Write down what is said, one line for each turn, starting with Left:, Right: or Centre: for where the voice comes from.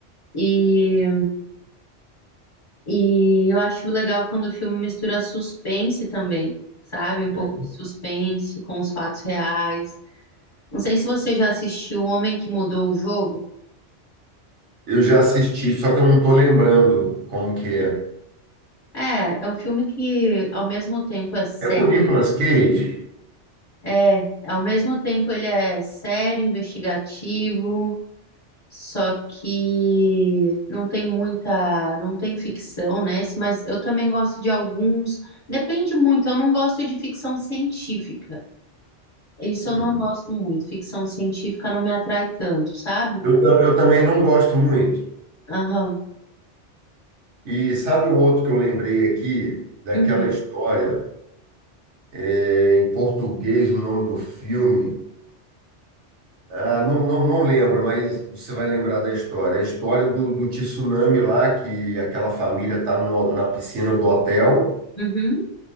Left: E, e eu acho legal quando o filme mistura suspense também, sabe? Um
Right: É.
Left: pouco de suspense com os fatos reais. Não sei se você já assistiu O Homem que Mudou o Jogo.
Right: Eu já assisti, só que eu não estou lembrando como que é.
Left: É, é um filme que ao mesmo tempo é sério
Right: É com o Nicolas Cage?
Left: É, ao mesmo tempo ele é sério, investigativo, só que não tem muita, não tem ficção, né? Esse- Mas eu também gosto de alguns, depende muito, eu não gosto de ficção científica. Isso eu
Right: Uhum.
Left: não gosto muito, ficção científica não me atrai tanto, sabe?
Right: Eu, tam- eu também não gosto muito.
Left: Aham.
Right: E sabe o outro que eu lembrei aqui, daquela
Left: Uhum,
Right: história, é, em português, o nome do filme? Ah, não, não, não lembro, mas você vai lembrar da história. A história do, do tsunami lá, que aquela família está na piscina do hotel,
Left: uhum,